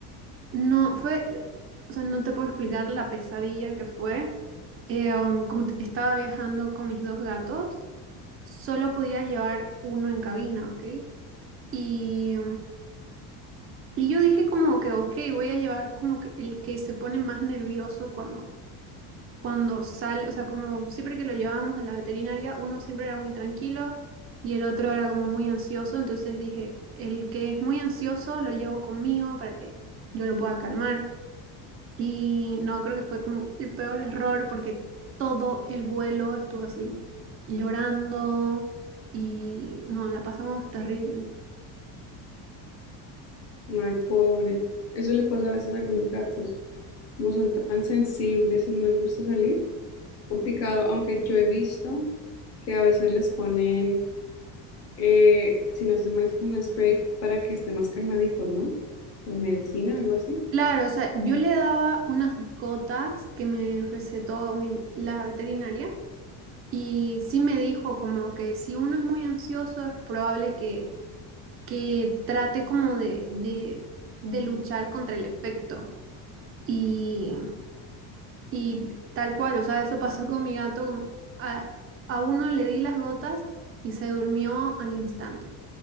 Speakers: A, on the right; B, on the left.
A: No, fue, o sea, no te puedo explicar la pesadilla que fue. Eh, um, como t- estaba viajando con mis dos gatos, solo podía llevar uno en cabina, ¿ok? Y, y yo dije como que, ok, voy a llevar como que el que se pone más nervioso cuando, cuando sale, o sea, como siempre que lo llevábamos a la veterinaria, uno siempre era muy tranquilo y el otro era como muy ansioso, entonces dije, el que es muy ansioso lo llevo conmigo para que yo lo pueda calmar. Y no, creo que fue como el peor error porque todo el vuelo estuvo así, llorando y no, la pasamos terrible.
B: Ay, pobre. Eso le pasa a veces a algunos gatos. Como son tan sensibles y no les gusta salir. Complicado, aunque yo he visto que a veces les ponen, eh, si no estoy mal, es como un spray para que estén más calmaditos, ¿no? O medicina, algo así.
A: Claro, o sea, yo le daba unas gotas que me recetó mi- la veterinaria y sí me dijo como que si uno es muy ansioso es probable que, que trate como de, de, de luchar contra el efecto. Y, y tal cual, o sea, eso pasó con mi gato, como a, a uno le di las gotas y se durmió al instante.